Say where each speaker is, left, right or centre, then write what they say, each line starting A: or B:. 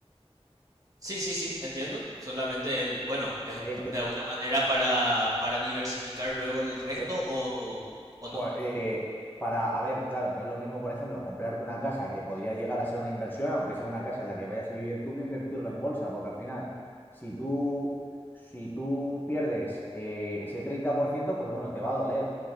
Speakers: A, on the right; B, on the left.
A: Sí, sí, sí, entiendo. Solamente, el, bueno, es
B: El,
A: p-
B: tre-
A: de alguna manera para, para diversificar luego el resto
B: eh,
A: o, o no.
B: Pues, eh, para, a ver, claro, no es lo mismo, por ejemplo, comprarte una casa que podría llegar a ser una inversión, aunque sea una casa en la que vayas a vivir tú, que invertirlo en bolsa, porque al final, si tú, si tú pierdes eh, ese 30%, pues bueno, te va a doler,